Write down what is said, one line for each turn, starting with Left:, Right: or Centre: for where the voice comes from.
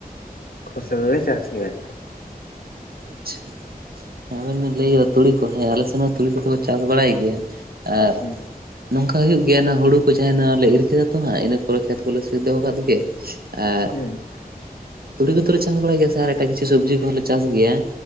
Left: ᱠᱷᱚᱥᱚᱞᱟ ᱞᱮ ᱪᱟᱥ ᱜᱮᱭᱟ ᱟᱨᱠᱤ᱾
Right: ᱟᱪᱪᱷᱟ ᱦᱮᱸ ᱟᱵᱮᱱ ᱵᱮᱱ ᱞᱟᱹᱭ ᱠᱮᱫᱟ ᱛ ᱛᱩᱲᱤ ᱠᱚ ᱦᱮᱸ ᱟᱞᱮ ᱥᱮᱱ ᱦᱚ ᱛᱩᱲᱤ ᱠᱚᱫᱚ ᱠᱚ ᱪᱟᱥ ᱵᱟᱲᱟᱭ ᱜᱮᱭᱟ ᱟᱨ
Left: ᱦᱩᱸ᱾
Right: ᱱᱚᱝᱠᱟ ᱦᱩᱭᱩᱜ ᱜᱮᱭᱟ ᱱᱟ ᱦᱩᱲᱩ ᱠᱚ ᱡᱟᱦᱟᱸᱭ ᱱᱟ ᱞᱮ ᱤᱨ ᱠᱮᱫᱟ ᱛᱚ ᱦᱟᱜ ᱤᱱᱟᱹ ᱯᱚᱨᱮ ᱠᱷᱮᱛ ᱠᱚᱞᱮ ᱥᱤ ᱫᱚᱦᱚ ᱟᱠᱟᱫ ᱜᱮ᱾ ᱟᱨ
Left: ᱦᱮᱸ᱾
Right: ᱛᱩᱲᱤ ᱠᱚᱫᱚᱞᱮ ᱪᱟᱥ ᱵᱟᱲᱟᱭ ᱜᱮᱭᱟ ᱥᱮ ᱟᱨ ᱮᱴᱟᱜ ᱠᱤᱪᱷᱩ ᱥᱚᱵᱽᱡᱤ ᱠᱚᱦᱚᱸ ᱞᱮ ᱪᱟᱥ ᱜᱮᱭᱟ᱾